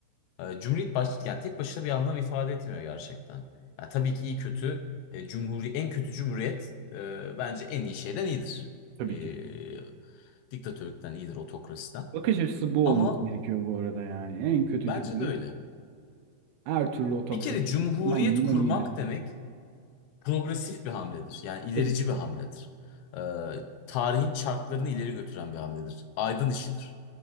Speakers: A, on the left; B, on the right.
A: E, Cumhuriyet baş, yani tek başına bir anlam ifade etmiyor gerçekten. Ya tabii ki iyi kötü e, cumhuri en kötü cumhuriyet e, bence en iyi şeyden iyidir.
B: Tabii
A: E,
B: ki.
A: diktatörlükten iyidir, otokrasiden.
B: bakış açısı bu
A: Ama
B: olması gerekiyor bu arada yani. En kötü
A: bence
B: cumhuriyet
A: de öyle.
B: Her türlü otokrasi.
A: Bir kere cumhuriyet
B: Lan bundan
A: kurmak
B: iyidir.
A: demek progresif bir hamledir. Yani ilerici
B: Tabii ki.
A: bir hamledir. E, tarihin çarklarını ileri götüren bir hamledir. Aydın işidir.